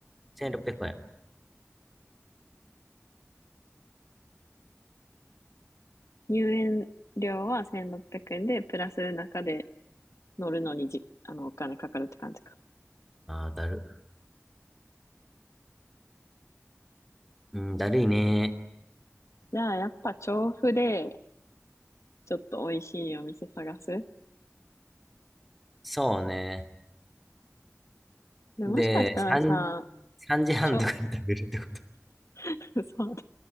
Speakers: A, in the centre; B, on the left.
A: ?1600 円。
B: 入園料は1600円で、プラス中で乗るのにじ、あの、お金かかるって感じか。
A: あー、だる。うん、だるいね。
B: じゃあやっぱ調布で、ちょっと美味しいお店探す。
A: そうね。
B: で、
A: で、
B: もしかしたらさ、
A: 3、3時半とかに食べるってこと。
B: ちょ、<laughs> そうね